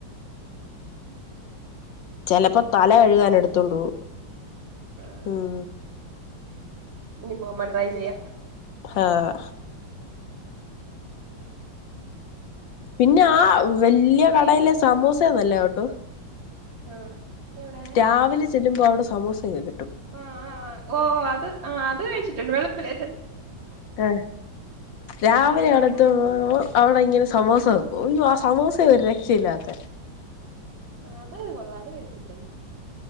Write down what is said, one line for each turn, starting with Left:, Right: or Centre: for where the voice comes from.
Right: ഉം ഉം
Left: ചെിലപ്പോ തല കഴുകാൻ എടുത്തുണ്ട് പോ
Right: ആഹ്
Left: ഉം
Right: ഇനി പോ്പ ട്രൈ ചെയ്യ
Left: ആഹ
Right: ഉം
Left: പിന്നെ ആ വല്യ
Right: എത്രയും
Left: കടയിലെ സമോസന്നല്ലേ ട്ടോ
Right: ആഹ് എവിടെ
Left: രാവിലെ ചെല്ലുമ്പോ സമൂസ ഏത്
Right: ആ ആ ഓ അത് ആ് അത് കഴിച്ചിട്ടണ്ട് വെളുപ്പില
Left: ഏ രാവിലെ
Right: ആറ് മണി
Left: അടുത്ത്
Right: അങ്ങനെയൊക്കെ
Left: അവിടെ ഇങ്ങനെ സമോസ വെക്കും അയ്യോ ആ സമോസ ഒരുരെ രക്ഷയില്ലാത്ത
Right: ആ അത കൊള്ളാം അത് കഴിച്ചിട്ടുണ്ട്